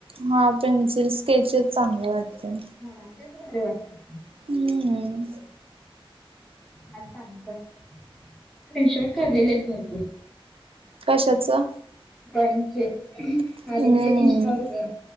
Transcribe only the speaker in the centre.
हा वाटत
आणार आहे रशर्ट कालेले आहेत भरपूर
ड्रॉइंगचे
आधी म्हणजे इं्स्टावरर